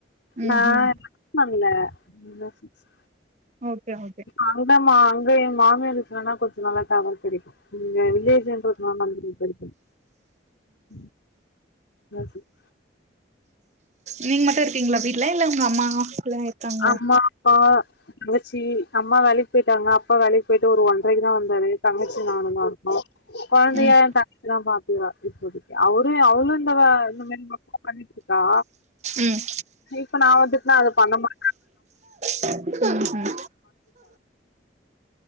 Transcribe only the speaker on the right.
ம்
ம்
ஓகே ஓகே
நீங்க மட்டு இருக்கீங்களா வீட்ல இல்ல உங்க அம்மா எல்லா இருக்காங்களா
ம்
ம்
ம்கும் ம்